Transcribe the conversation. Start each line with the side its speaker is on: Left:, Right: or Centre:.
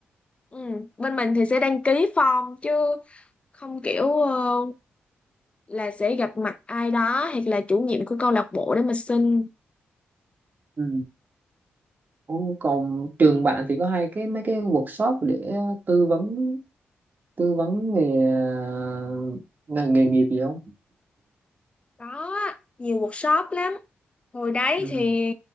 Left: ừ. bên mình thì sẽ đăng ký form chứ không kiểu ờ, là sẽ gặp mặt ai đó hoặc là chủ nhiệm của câu lạc bộ để mà xin
Right: Ừ. Ồ, Còn trường bạn thì có hay cái mấy cái workshop để ờ, tư vấn tư vấn về à, nghề, nghề nghiệp gì không?
Left: có á, nhiều workshop lắm hồi đấy
Right: Ừ.
Left: thì